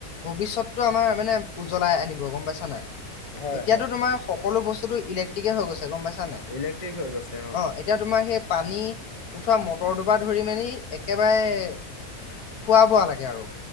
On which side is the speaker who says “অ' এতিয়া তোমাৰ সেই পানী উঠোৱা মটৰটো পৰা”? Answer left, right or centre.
Left